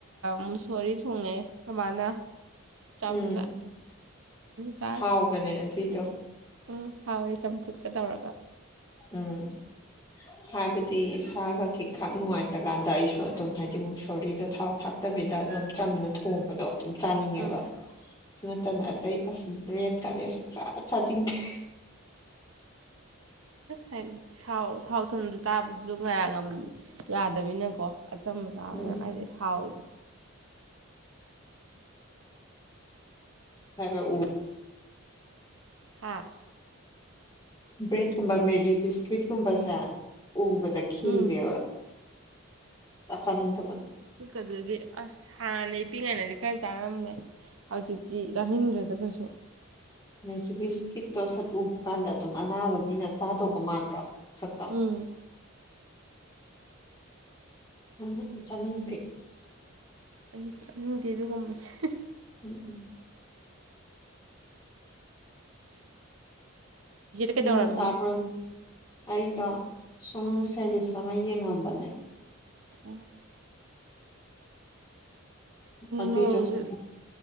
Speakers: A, on the right; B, on the left.
A: ꯃꯨꯁꯣꯔꯤ ꯊꯣꯡꯉꯦ ꯈꯣꯏꯃꯅ ꯆꯝꯅ
B: ꯎꯝ
A: ꯆꯥꯔꯦ
B: ꯍꯥꯎꯕꯅꯦ ꯑꯗꯨꯏꯗꯣ
A: ꯎꯝ ꯍꯥꯎꯋꯦ ꯆꯝꯐꯨꯠꯀ ꯇꯧꯔꯒ
B: ꯎꯝ ꯍꯥꯏꯕ ꯍꯥꯏꯗꯤ ꯏꯁꯥꯒ ꯈꯤꯛꯈꯥꯛ ꯅꯨꯡꯉꯥꯏꯇ ꯀꯥꯟꯗ ꯑꯩꯁꯨ ꯑꯗꯨꯝ ꯍꯥꯏꯗꯤ ꯃꯨꯛ ꯁꯣꯔꯤꯗꯣ ꯊꯥꯎ ꯊꯥꯛ ꯅꯠꯇꯕꯤꯗ ꯑꯗꯨꯝ ꯆꯝꯅ ꯊꯣꯡꯕꯗꯣ ꯑꯗꯨꯝ ꯆꯥꯅꯤꯡꯉꯦꯕ
A: ꯎꯝ
B: ꯑꯗꯨ ꯅꯠꯇꯅ ꯑꯇꯩ ꯑ ꯕꯦꯠ ꯀꯥꯂꯔ ꯁꯁꯥꯠ ꯆꯥꯗꯤꯡꯈ
A: ꯍꯥꯏ ꯊꯥꯎ ꯊꯥꯎ ꯊꯨꯝꯗꯨ ꯆꯥꯕꯗꯨꯁꯨ ꯉꯌꯥ ꯉꯝ ꯌꯥꯗꯅꯤꯅꯀꯣ ꯑꯆꯝꯕ ꯆꯥꯕꯗꯅ
B: ꯎꯝ
A: ꯍꯥꯏꯗꯤ ꯍꯥꯎꯋꯗ
B: ꯍꯥꯏꯕ ꯎ
A: ꯍꯥꯥ
B: ꯕ꯭ꯔꯦꯠꯀꯨꯝꯕ ꯃꯦꯔꯤ ꯕꯤꯁꯀꯤꯨꯠꯀꯨꯝꯕꯁꯦ ꯎꯕꯗ ꯈꯤꯔꯦꯕꯥ
A: ꯎꯝ
B: ꯆꯥꯅꯤꯡꯗꯕꯗꯣ
A: ꯑꯗꯨꯗꯤ ꯑꯁ ꯍꯥꯟꯅ ꯏ ꯄꯤꯛꯉꯥꯏꯅꯗꯤ ꯈꯔ ꯆꯥꯔꯝꯃꯦ ꯍꯧꯖꯤꯛꯇꯤ ꯌꯆꯥꯅꯤꯡꯗ꯭ꯔꯦꯗ ꯀꯩꯁꯨ
B: ꯃꯦꯕꯤꯁꯀꯤꯠꯇꯣ ꯁꯠ ꯎꯕ ꯀꯥꯟꯗ ꯑꯗꯨꯝ ꯑꯅꯥꯕ ꯃꯤꯅ ꯆꯥꯗꯧꯕ ꯃꯥꯟꯗ꯭ꯔꯣ ꯁꯛꯇꯣ
A: ꯎꯝ
B: ꯎꯝ ꯆꯥꯅꯤꯡꯗꯦ
A: ꯑꯩꯁꯨ ꯆꯥꯅꯤꯡꯗꯦ ꯑꯗꯨꯒꯨꯝꯕꯁꯦ <inaudible>
B: ꯎꯝ ꯎꯝ
A: ꯀꯩꯗꯧꯔꯝꯃꯤꯅꯣ
B: ꯅꯣꯡ ꯇꯥꯕꯣ ꯑꯩꯗꯣ ꯁꯨꯝ
A: ꯎꯝ
B: ꯁꯦꯔꯤꯁ ꯑꯃ ꯌꯦꯡꯉꯝꯕꯅꯦ
A: ꯑ
B: ꯑꯗꯨꯏꯗꯣ
A: ꯅꯣꯡꯁ
B: ꯁꯨꯝ